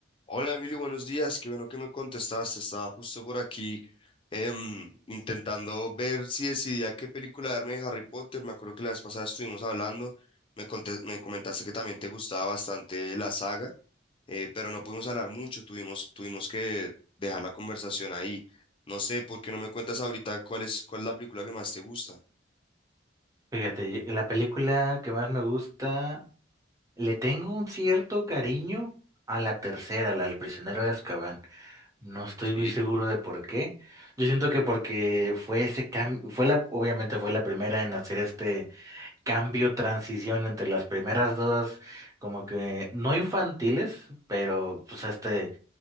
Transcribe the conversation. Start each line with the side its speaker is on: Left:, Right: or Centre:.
Left: Hola Emilio, buenos días. Qué bueno que me contestaste. Estaba justo por aquí em, intentando ver si decidía qué película darme de Harry Potter. Me acuerdo que la vez pasada estuvimos hablando. Me, conte- me comentaste que también te gustaba bastante la saga, eh, pero no pudimos hablar mucho. Tuvimos, tuvimos que dejar la conversación ahí. No sé, ¿por qué no me cuentas ahorita cuál es, cuál es la película que más te gusta?
Right: Fíjate, la película que más me gusta, le tengo un cierto cariño a la tercera, la del prisionero de Azkaban. No estoy
Left: Sí,
Right: muy seguro de por qué. Yo siento que porque fue ese cambio, fue la, obviamente fue la primera en hacer este cambio, transición entre las primeras dos, como que no infantiles, pero pues este,